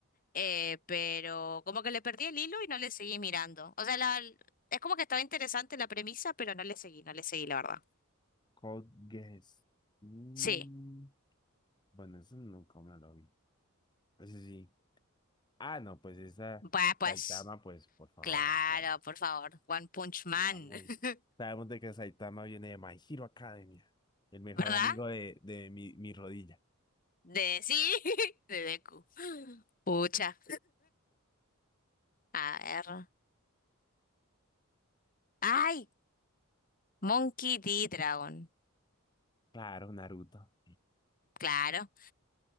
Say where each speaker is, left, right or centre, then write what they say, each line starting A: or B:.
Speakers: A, on the left (about 40°); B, on the left (about 20°).
A: eh, pero como que le perdí el hilo y no le seguí mirando. O sea, la, es como que estaba interesante la premisa, pero no le seguí, no le seguí, la verdad.
B: Code Geass. Mm,
A: Sí,
B: bueno, eso nunca me lo vi. Ese sí. sí. Ah, no, pues esa
A: va, pues,
B: Saitama, pues por favor,
A: claro,
B: o sea,
A: por favor, One Punch Man,
B: digamos,
A: <laughs>
B: sabemos de que Saitama viene de My Hero Academia, el mejor
A: ¿verdad?
B: amigo de, de mi, mi rodilla.
A: De sí, <laughs> de Deku. Pucha, a ver. ¡Ay! Monkey D. Dragon,
B: Claro, Naruto.
A: claro.